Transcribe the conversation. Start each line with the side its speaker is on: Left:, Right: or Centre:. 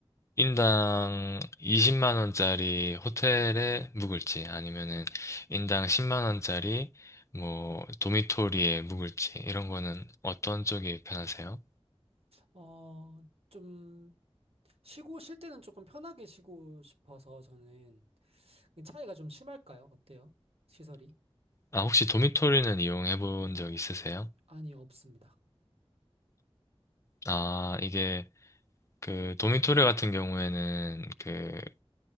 Left: 인당 20만 원짜리 호텔에 묵을지 아니면은 인당 10만 원짜리 뭐 도미토리에 묵을지 이런 거는 어떤 쪽이 편하세요?
Right: 어, 좀, 쉬고, 쉴 때는 조금 편하게 쉬고 싶어서 저는, 그 차이가 좀 심할까요? 어때요? 시설이?
Left: 아 혹시 도미토리는 이용해 본 적 있으세요?
Right: 아니, 없습니다.
Left: 아 이게 그 도미토리 같은 경우에는 그